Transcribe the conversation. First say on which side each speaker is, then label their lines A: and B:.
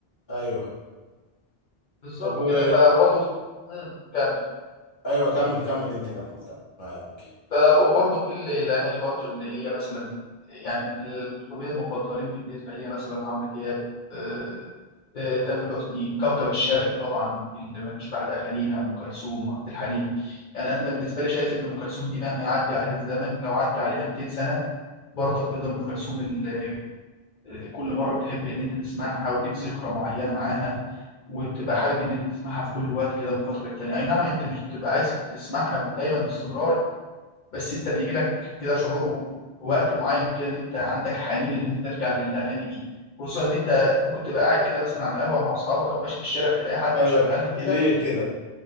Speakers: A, on the left; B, on the left.
A: ايوه
B: بالظبط
A: طب و
B: كده ف وبرضه في... مم، كمل
A: ايوه كمل كمل انت كمل كمل معاك
B: ف- وبرضه في ال- الأغاني برضه اللي هي مثلا يعني من المطربين المفضلين بالنسبة لي مثلا عمرو دياب آه، آه، تامر حسني كوكب الشرق طبعا اللي ما فيش بعد أغانيها أم كلثوم وعبد الحليم يعني أنا بالنسبة لي شايف إن أم كلثوم دي مهما يعدي عليها الزمن لو عدى عليها 200 سنة برضه هتفضل أم كلثوم ال- آه، كل مرة بتحب إن أنت تسمعها وليك ذكرى معينة معاها وبتبقى حابب إن أنت تسمعها في كل وقت كده من فترة للتانية أي نعم أنت مش بتبقى عايز تسمعها دايما باستمرار بس انت بيجي لك كده شعور و- وقت معين كده ان انت عندك حنين ان انت ترجع للاغاني دي خصوصا ان انت ممكن تبقى قاعد كده مثلا على القهوه مع اصحابك او ماشي في الشارع تلاقي حد
A: ايوه
B: مشغلها
A: بالليل
B: كده
A: كده